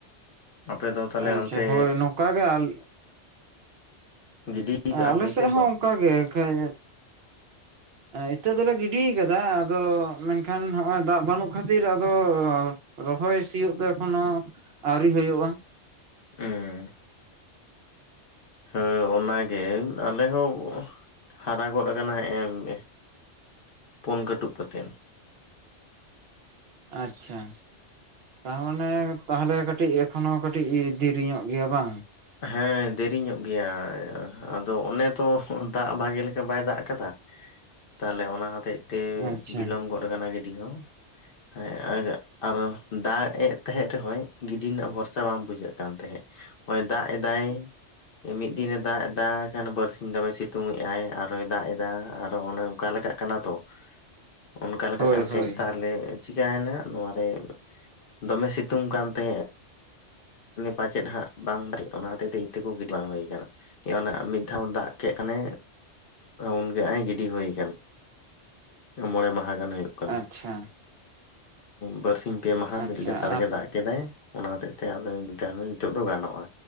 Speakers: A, on the left; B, on the right.
A: ᱟᱯᱮ ᱫᱚ ᱛᱟᱦᱚᱞᱮ
B: ᱟᱪᱪᱷᱟ
A: ᱚᱱᱛᱮ
B: ᱦᱳᱭ ᱱᱚᱝᱠᱟ ᱜᱮ ᱟᱞ-
A: ᱜᱤᱰᱤ ᱠᱟᱜᱼᱟ
B: ᱟᱞᱮ
A: ᱯᱮ ᱤᱛᱟᱹ
B: ᱥᱮᱫ
A: ᱠᱚ?
B: ᱦᱚᱸ ᱚᱱᱠᱟᱜᱮ ᱠᱷᱟᱡ ᱤᱛᱟᱹ ᱫᱚᱞᱮ ᱜᱤᱰᱤ ᱠᱟᱫᱟ ᱟᱫᱚ ᱢᱮᱱᱠᱷᱟᱱ ᱦᱚᱸᱜᱼᱚᱭ ᱫᱟᱜ ᱵᱟᱹᱱᱩᱜ ᱠᱷᱟᱹᱛᱤᱨ ᱟᱫᱚᱻ ᱨᱚᱦᱚᱭ ᱥᱤᱭᱳᱜ ᱫᱚ ᱮᱠᱷᱚᱱᱳ ᱟᱹᱣᱨᱤ ᱦᱩᱭᱩᱜᱼᱟ᱾
A: ᱦᱮᱸ ᱦᱮᱸ ᱚᱱᱟᱜᱮ, ᱟᱞᱮ ᱦᱚᱸ ᱦᱟᱨᱟ ᱜᱚᱫ ᱟᱠᱟᱱᱟ ᱦᱮᱸᱜ-ᱮ᱾ ᱯᱩᱱ ᱠᱟᱹᱴᱩᱵ ᱠᱟᱛᱮᱫ᱾
B: ᱟᱪᱪᱷᱟ᱾ ᱛᱟᱦᱚᱞᱮ ᱛᱟᱦᱚᱞᱮ ᱠᱟᱹᱴᱤᱡ ᱮᱠᱷᱚᱱᱚ ᱠᱟᱹᱴᱤᱡ ᱫᱤᱨᱤ ᱧᱚᱜ ᱜᱮᱭᱟ ᱵᱟᱝ?
A: ᱦᱮᱸ ᱫᱮᱨᱤ ᱧᱚᱜ ᱜᱮᱭᱟ᱾ ᱟᱫᱚ ᱚᱱᱮ ᱛᱚ ᱫᱟᱜ ᱵᱷᱟᱜᱤ ᱞᱮᱠᱟ ᱵᱟᱭ ᱫᱟᱜ ᱟᱠᱟᱫᱟ᱾
B: <unintelligible>
A: ᱛᱟᱦᱚᱞᱮ ᱚᱱᱟ ᱦᱚᱛᱮᱡ ᱛᱮ
B: ᱟᱪᱪᱷᱟ
A: ᱵᱤᱞᱚᱢ ᱜᱚᱫ ᱟᱠᱟᱱᱟ ᱜᱤᱰᱤ ᱦᱚᱸ᱾
B: <inaudible>
A: ᱦᱮ ᱟᱨ ᱫᱟᱜ ᱮᱫ ᱛᱟᱦᱮᱸᱫ ᱨᱮᱦᱚᱸ ᱜᱤᱰᱤ ᱨᱮᱱᱟᱜ ᱵᱷᱚᱨᱥᱟ ᱵᱟᱝ ᱵᱩᱡᱷᱟᱹᱜ ᱠᱟᱱ ᱛᱟᱦᱮᱸᱫ ᱱᱚᱜ-ᱚᱭ᱾ ᱫᱟᱜ ᱮᱫᱟᱭ᱾ ᱢᱤᱫ ᱫᱤᱱᱮ ᱫᱟᱜ ᱫᱟ ᱠᱷᱟᱱ ᱵᱟᱨᱥᱤᱧ ᱫᱚᱢᱮ ᱥᱤᱛᱩᱝ ᱮᱫᱼ ᱟᱭ ᱟᱨ ᱦᱚᱭ ᱫᱟᱜ ᱮᱫᱟ ᱟᱨᱚ ᱚᱱᱮ ᱚᱱᱠᱟ ᱞᱮᱠᱟᱜ ᱠᱟᱱᱟ ᱛᱚ᱾ ᱚᱱᱠᱟ ᱞᱮᱠᱟᱜ
B: ᱦᱳᱭ
A: ᱠᱟᱱ
B: ᱦᱳᱭ
A: ᱛᱟᱦᱮᱸᱫ ᱛᱟᱦᱚᱞᱮ ᱪᱤᱠᱟᱹᱭᱮᱱᱟ ᱱᱚᱣᱟ ᱨᱮ ᱫᱚᱢᱮ ᱥᱤᱛᱩᱝ ᱠᱟᱱ ᱛᱟᱦᱮᱸᱼᱟ᱾ ᱯᱟᱪᱮᱫ ᱦᱟᱸᱜ ᱵᱟᱝ ᱫᱟᱲᱮᱜ ᱚᱱᱟ ᱦᱚᱛᱮᱡ ᱛᱮ ᱤᱛᱟᱹ ᱠᱚ ᱜᱤᱰᱤ ᱵᱟᱝ ᱦᱩᱭ ᱟᱠᱟᱱᱟ ᱚᱱᱟ ᱢᱤᱫ ᱫᱷᱟᱣ ᱫᱟᱜᱼᱼ ᱠᱮᱫ ᱠᱷᱚᱱᱮ ᱩᱱᱜᱮ ᱦᱟᱜ ᱮ ᱜᱤᱰᱤ ᱦᱩᱭ ᱠᱟᱱ᱾ ᱢᱚᱬᱮ ᱢᱟᱦᱟ ᱜᱟᱱ ᱦᱩᱭᱩᱜ ᱠᱟᱱᱟ
B: ᱟᱪᱪᱷᱟ
A: ᱵᱟᱨᱥᱤᱧ ᱯᱮ ᱢᱟᱦᱟ
B: ᱟᱪᱪᱷᱟ
A: ᱢᱤᱫ ᱞᱮᱛᱟᱲᱜᱮ ᱫᱟᱜ ᱮᱫ ᱠᱮᱫᱟᱭ ᱚᱱᱟ ᱦᱚᱛᱮᱡ ᱛᱮ ᱟᱫᱚ ᱱᱤᱛᱚᱜ ᱫᱚ ᱜᱟᱱᱚᱜᱼᱟ